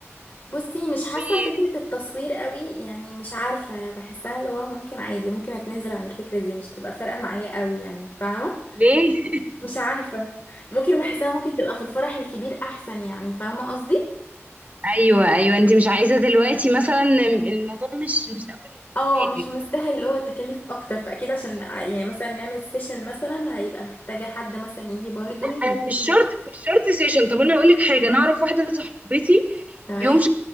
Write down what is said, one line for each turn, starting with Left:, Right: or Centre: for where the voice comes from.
Left: بصي مش حاسة
Right: و-
Left: فكرة التصوير قوي يعني مش عارفة بحسها اللي هو ممكن عادي ممكن اتنازل عن الفكرة دي مش تبقى فارقة معايا قوي يعني فاهمة
Right: ليه؟
Left: مش عارفة ممكن بحسها ممكن تبقى في الفرح الكبير احسن يعني فاهمة قصدي
Right: ايوه ايوه انت مش عايزة دلوقتي مثلا الموضوع مش مش اول اهتماماتك
Left: اه مش مستاهل اللي هو التكاليف اكتر فاكيد عشان ع- يعني مثلا نعمل سيشن مثلا هيبقى محتاجة حد مثلا يجي برضه يجيبه
Right: آه، مش شرط مش شرط سيشن طب انا اقول لك حاجة انا اعرف واحدة صاحبتي
Left: تمام
Right: يوم